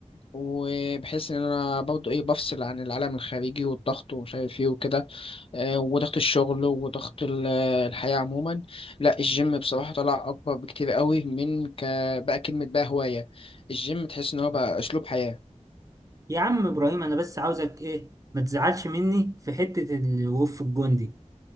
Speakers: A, on the left; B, on the right.
A: وبحس ان انا برضه ايه بفصل عن العالم الخارجي والضغط ومش عارف ايه وكده آه، وضغط الشغل وضغط ال- الحياة عموما لا الجيم بصراحة طلع اكبر بكتير قوي من ك بقى كلمة بقى هواية الجيم تحس ان هو بقى اسلوب حياة
B: يا عم ابراهيم انا بس عاوزك ايه ما تزعلش مني في حتة الوقوف الجندي